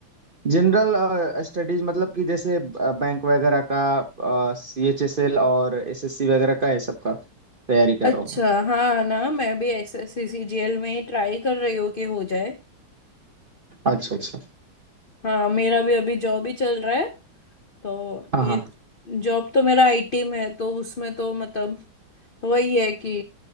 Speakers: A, on the right; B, on the left.
A: जनरल स्टडीज मतलब कि जैसे बैंक वगैरह का सी एच एस एल और एस एस सी वगैरह का है सबका तैयारी कर
B: अच्छा
A: रहा हूँ
B: हाँ ना मैं भी S S C C G L में ही ट्राई कर रही हूँ कि हो जाए
A: अच्छा अच्छा
B: हाँ मेरा भी अभी जॉब ही चल रहा है तो
A: हाँ
B: ये
A: हाँ
B: जॉब तो मेरा आईटी में है तो उसमें तो मतलब वही है कि